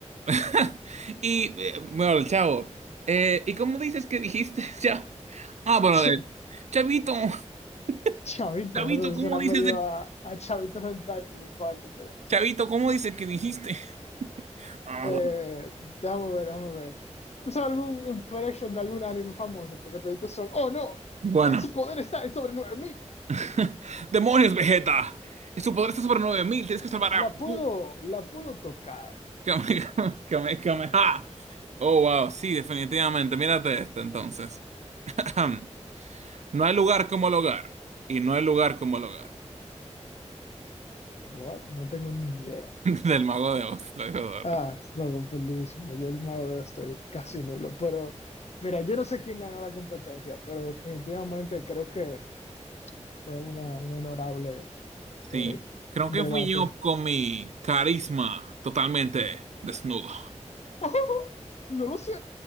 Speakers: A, on the right; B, on the left.
A: <laughs> Y, eh, bueno, chavo, eh, ¿y cómo dices que dijiste, <laughs> chavo? Ah, bueno,
B: <laughs>
A: eh, Chavito, <laughs>
B: Chavito,
A: Chavito,
B: eso
A: ¿cómo
B: suena
A: dices
B: medio
A: de...
B: a, a Chavitos Hentai por mi parte, pero.
A: Chavito, ¿cómo dices que dijiste? Ah,
B: Eh,
A: bueno.
B: déjame ver, déjame ver. ¿Tú sabes algún impression de algún anime famoso? Porque toditos son. ¡Oh, no!
A: Bueno.
B: Eh, su poder está en sobre 9000.
A: <laughs> Demonios, Vegeta. Su poder está sobre 9000. tienes que salvar a
B: La puedo,
A: Goku.
B: la puedo tocar.
A: Kame- <laughs> Kame- Kameha. Oh, wow, sí, definitivamente. Mírate esta entonces. <clears throat> No hay lugar como el hogar. Y no hay lugar como el hogar.
B: What? No tengo ni idea.
A: <laughs> Del mago de Oz, lo dijo Dor.
B: Ah, lo completísimo. Yo el mago de Oz estoy casi nulo. Pero mira, yo no sé quién ganó la competencia, pero definitivamente creo que fue una, un honorable
A: Sí,
B: eh,
A: creo
B: debate.
A: que fui yo con mi carisma totalmente desnudo.
B: <laughs> no lo sé.